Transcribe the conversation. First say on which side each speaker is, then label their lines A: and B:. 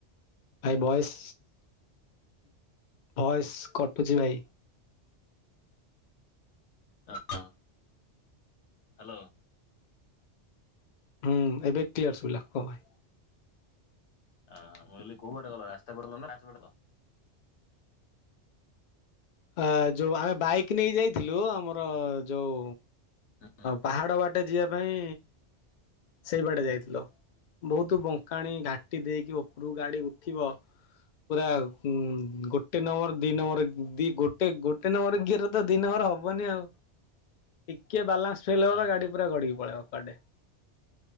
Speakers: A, on the left (about 55°); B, on the left (about 75°).
A: ହଏ ବଏସ୍। ଭଏସ୍ କଟୁଛି ଭାଇ।
B: ହ ହଁ <unintelligible> ହ୍ୟାଲୋ।
A: ହୁଁ ଏବେକ୍ଲିଅର ସୁଭିଲା କୁହ ଭାଇ।
B: ଆଁ ମୁଁକହିଲି ରାସ୍ତା ବାଟେ ଗଲ ନା ପାହାଚ ପଟେ ଗଲ?
A: ଆ ଯୋଉ ଆମେ ବାଇକ୍ ନେଇ ଯାଇଥିଲୁ ଆମର ଯୋଉ
B: ହଁ
A: ପାହାଡ ବାଟେ ଯିବା ପାଇଁ ସେଇ ବାଟେ ଯାଇଥିଲୁ। ବହୁତ ବଙ୍କାଣି ଘାଟି ଦେଇକି ଉପରକୁ ଗାଡି ଉଠିବ। ପୁରା ଗୋଟେ ନମ୍ବର ଦି ନମ୍ବର ଦି ଗୋଟେ ଗୋଟେ ନମ୍ବରଗିଅର ତ ଦି ନମ୍ବର ହବନି ଆଉ। ଟିକେ ବାଲାନ୍ସ ଫେଲ ହବତ
B: ହଁ
A: ଗାଡି ପୁରା ଗଡ଼ିକି ପଳେଇବ କୁଆଡେ।